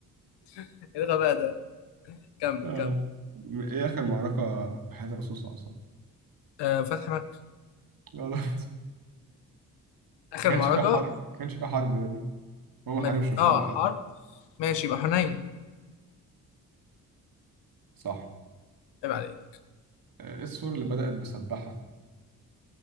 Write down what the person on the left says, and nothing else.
<laughs> ايه الغباء ده كمل
كمل
آه فتحي مكة
اخر
معركه
مل...
اه
حرب ماشي يبقى حنين
عيب عليك